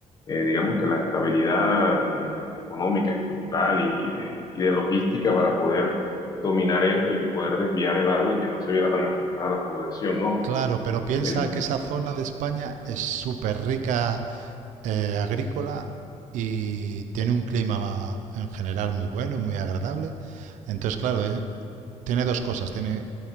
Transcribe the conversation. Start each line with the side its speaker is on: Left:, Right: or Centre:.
Left: eh, digamos que la estabilidad eh, económica, estructural y de, y de logística para poder dominar esto y poder desviar el agua y que no se viera tan afectada a la población, ¿no? Porque
Right: Claro, pero piensa
Left: eh,
Right: que esa zona de España es súper rica eh, agrícola y tiene un clima en general muy bueno y muy agradable. Entonces, claro, eh, tiene dos cosas. Tiene